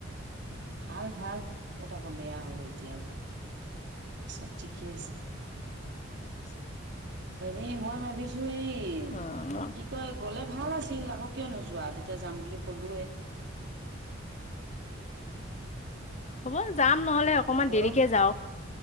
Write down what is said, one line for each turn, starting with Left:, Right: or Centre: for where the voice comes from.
Right: ভাল ভাল ক'ত আক বেয়া হ'ব এতিয়া চব ঠিকেই আছে
Left: <unintelligible>
Right: এনে মই ভাবিছো এই
Left: অ'
Right: কি কয় গলে ভাল আছিল আকৌ কিয় নোযোৱা তেতিয়া যাম বুলি কলোয়ে।
Left: হ'ব যাম নহলে অকমান
Right: গৰম
Left: দেৰিকে যাওক